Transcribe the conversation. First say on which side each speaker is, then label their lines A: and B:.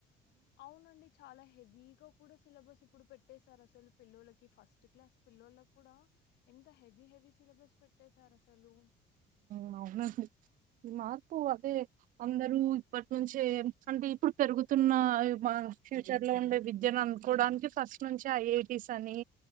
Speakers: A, on the left (about 80°); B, on the right (about 55°).
A: అవునండి చాలా హెవీగా కూడా సిలబస్ ఇప్పుడు పెట్టేసార్ అసల్ పిల్లలకి ఫస్ట్ క్లాస్ పిల్లోలక్ కూడా ఎంత హెవీ హెవీ సిలబస్ పెట్టేసార్ అసలు
B: మ్ అవునసల్ మార్పు అదే అందరూ ఇప్పట్నుంచే అంటే ఇప్పుడు పెరుగుతున్నా ఫ్యూచర్లో ఉండే విద్యన్ అన్కోడానికి ఫస్ట్ నుంచే ఐఐటీస్ అని